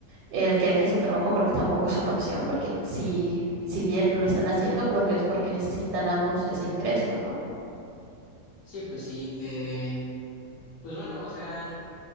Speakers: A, on the right; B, on the left.
A: el que deje su trabajo creo que tampoco es una opción, porque si, si bien lo están haciendo, creo que es porque necesitan ambos ese ingreso, ¿no?
B: Sí, pues sí. eh, pues bueno, o sea,